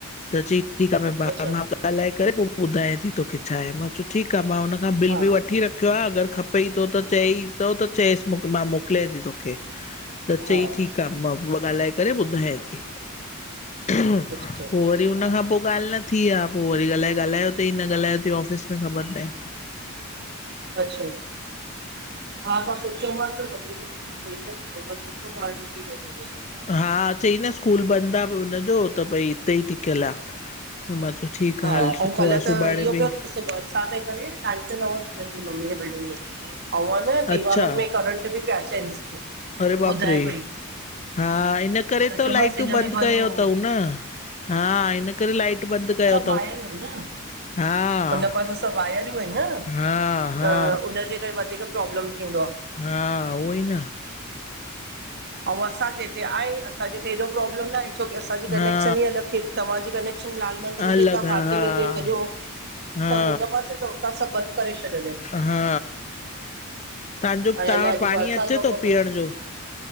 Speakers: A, on the left (about 35°); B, on the right (about 50°).
A: त च ठीकु आहे
B: अच्छा
A: मां ॻाल्हाए करे पोइ ॿुधायां थी तोखे छाहे मां चयो ठीकु आहे मां हुनखां बिल
B: हा
A: बि वठी रख <unintelligible> अगरि खपेई थो त चएई थो त चएसि मां मोकिलिय थी तोखे त चई
B: हा
A: ठीकु आहे मां उ ॻाल्हाए करे ॿुधायां थी पोइ वरी
B: अच्छा
A: वरी उन खां पोइ ॻाल्हि न थी आहे पोइ वरी अलॻाए ॻाल्हायो अथई न ॻाल्हायो अथई ऑफ़िस में ख़बर न आहे।
B: अच्छा हा मां पूछो मांस त मम्मी <inaudible> चयो मांस सुठो ठाहियो <inaudible>
A: हा चई न स्कूल बंदि आहे हुनजो त भई हिते ई टिकियल आ त मां चयो ठीकु
B: हा
A: आ हल सुठो
B: ऐं कल्ह
A: आहे
B: त
A: सुभाणे
B: इहो
A: बि
B: पियो <unintelligible> मम्मी जे बिल्डिंग में आ <inaudible> न दीवारनि
A: अच्छा
B: में करंट बि पिया अचन
A: अरे बाप
B: ॿुधाए
A: रे
B: पई
A: हा इन करे त
B: चयोमांसि
A: लाइटूं
B: हिन
A: बंदि
B: में भलो
A: कयो अथऊं न। हा हिन करे लाइट बंदि कयो।
B: वायरु अहिंन न
A: हा
B: हुन पासे सब वायरु आहिंन न
A: हा हा
B: त उन हिनजे करे वधीक प्रॉब्लम थींदो आ
A: हा उई न
B: अऊ असांजे हिते आहे असांजे हिते हेएॾो प्रोब्लम नाहे छोकी असांजी कनेक्शन
A: हा
B: ई अलॻि थिए थी तव्हांजी कनेक्शन लाल मंदिर
A: अलॻि
B: जे तव्हां पासे
A: हा
B: में छॾियो
A: हा
B: सभु हुन पासे त हुता सभु बंदि करे छॾींदासि
A: हा तव्हांजो
B: ऐं
A: तव्हां
B: अलाए
A: वटि
B: अॼु
A: पाणी
B: बरसद
A: अचे
B: वॻर
A: थो पीअण
B: न आहे?
A: जो